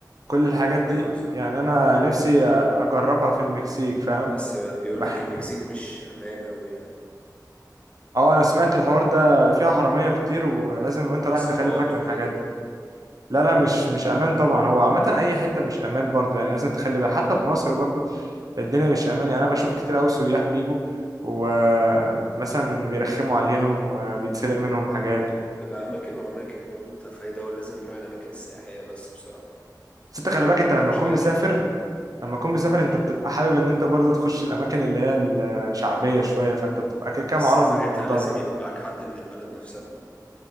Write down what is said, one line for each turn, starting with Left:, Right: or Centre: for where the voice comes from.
Right: كل الحاجات دي
Left: تاكوز آه.
Right: يعني انا نفسي أ- اجربها في المكسيك فاهم
Left: بس آه، بيقول
Right: بح-
Left: لك المكسيك مش امان قوي يعني
Right: اه انا سمعت الحوار ده فيها حراميه كتير ولازم وانت
Left: وعصابات
Right: رايح تخلي بالك من
Left: وكده
Right: حاجات لا لا مش مش امان طبعا هو عامه اي حته مش امان برضو يعني لازم تخلي بالك حتى في مصر برضو الدنيا مش امان يعني انا بشوف كتير قوي سياح بيجوا ومثلا بيرخموا عليهم وبيتسرق منهم حاجات و...
Left: تبقى اماكن واماكن برضو انت في اي دولة لازم تروح الاماكن السياحية بس بصراحة
Right: بس انت خلي
Left: طالما
Right: بالك انت
Left: انت
Right: لما
Left: مش
Right: تكون
Left: عارف
Right: مسافر لما تكون مسافر انت بتبقى حابب ان انت برضو تخش الاماكن اللي هي الشعبيه شويه فانت بتبقى كده
Left: بس
Right: كده معرض
Left: ساعتها
Right: للموضوع
Left: لازم
Right: ده
Left: يبقى معاك حد من البلد نفسها ما